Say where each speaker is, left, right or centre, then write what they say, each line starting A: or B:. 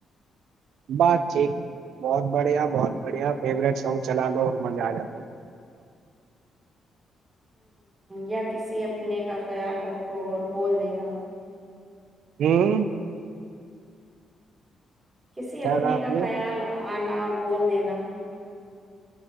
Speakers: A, on the right; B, on the right.
A: بات ٹھیک بہت بڑھیا بہت بڑھیا فیورٹ سونگ چلا لو اور منگایا
B: یا کسی اپنے کا خیال رکھو اور بول دینا
A: <unintelligible>
B: کسی
A: کیا
B: اپنے
A: کہا آپ
B: کا
A: نے
B: خیال انا اور بول دینا